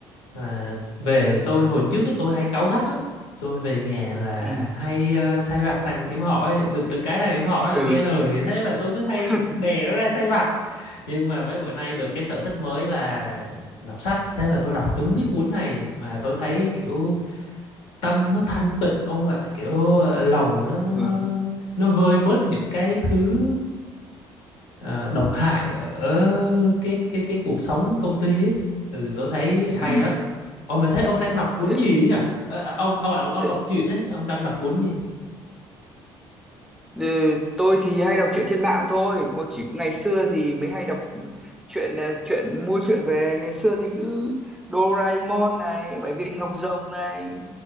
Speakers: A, on the left; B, in the centre.
A: Mà về tôi hồi trước ấy, tôi hay cáu gắt lắm tôi về nhà là
B: ừ
A: hay ờ, sai vặt thằng em họ ấy. được được cái thằng em họ nó lại
B: ừ
A: nghe lời thế là tôi cứ hay
B: <laughs>
A: đè nó ra sai vặt nhưng mà mấy bữa nay được cái sở thích mới là đọc sách thế là tôi đọc trúng cái cuốn này mà tôi thấy kiểu tâm nó thanh tịnh ông ạ kiểu ờ, lòng nó nó
B: ừ
A: nó nó nó nó vơi bớt những cái thứ ờ, độc hại ở cái cái cái cuộc sống công ty ấy. Ừ, tôi thấy hay
B: ừ
A: lắm. Ồ, mà thấy ông đang đọc cuốn
B: thế,
A: gì ấy nhỉ? Ờ, à, ông, ông à, ông
B: thế,
A: đọc truyện ấy, ông đang đọc cuốn gì?
B: Ừ, tôi thì hay đọc truyện trên mạng thôi cô chỉ có ngày xưa thì mới hay đọc truyện ờ, truyện mua truyện về ngày xưa thì cứ Doraemon này Bảy viên ngọc rồng này